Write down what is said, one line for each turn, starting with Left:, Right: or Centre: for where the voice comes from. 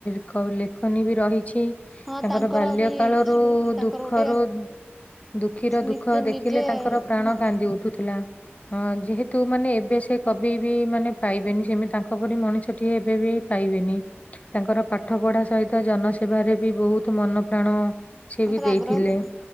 Left: ଲେଖନୀ ବି ରହିଛି
Centre: ହଁ
Left: ତାଙ୍କର ବାଲ୍ୟ
Centre: ବି
Left: କାଳରୁ
Centre: ତାଙ୍କର
Left: ଦୁଃଖରୁ
Centre: ଗୋଟେ
Left: ଦୁଃଖୀର ଦୁଃଖ
Centre: ନିତେ
Left: ଦେଖିଲେ
Centre: ନିଜେ
Left: ତାଙ୍କର ପ୍ରାଣ
Centre: ହଁ
Left: କାନ୍ଦି ଉଠୁଥିଲା। ହଁ ଯେହେତୁ ମାନେ ଏବେ ସେ କବି ବି ମାନେ ପାଇବେନି ସେମିତି ତାଙ୍କ ପରି ମଣିଷଟି ଏବେ ବି ପାଇବେନି। ତାଙ୍କର ପାଠ ପଢା ସହିତ ଜନସେବାରେ ବି ବହୁତ ମନ ପ୍ରାଣ ସେ
Centre: ତାଙ୍କର
Left: ବି ଦେଇଥିଲେ।
Centre: ଆଗ୍ରହ ଥିଲା